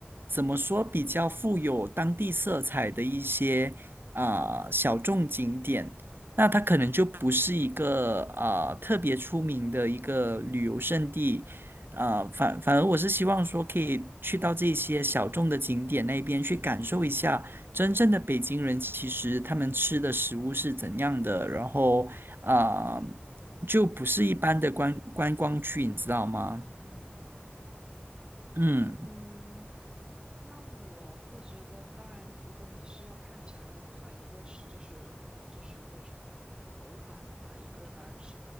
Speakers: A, on the right (about 65°); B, on the right (about 20°).
A: 怎么说比较富有当地色彩的一些啊、小众景点。那它可能就不是一个啊、特别出名的一个旅游胜地。啊，反反而我是希望说可以去到这些小众的景点那边去感受一下。真正的北京人其实他们吃的食物是怎样的，然后啊、呃就不是一般的观观光区，你知道吗？
B: 嗯嗯
A: 嗯，
B: 嗯，那我会觉得，当然，如果你是要看展览的话，一个是就是就是那种博物馆的话，一个当然是